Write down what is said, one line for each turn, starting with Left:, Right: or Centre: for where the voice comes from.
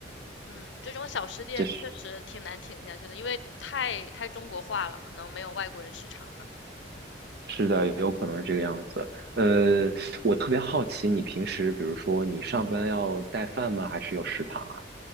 Left: 嗯，这种小吃店确实挺难挺下去的，
Right: 就是
Left: 因为太太中国化了，可能没有外国人市场吧。
Right: 是的，有可能是这个样子。呃，我特别好奇，你平时比如说你上班要带饭吗？还是有食堂啊？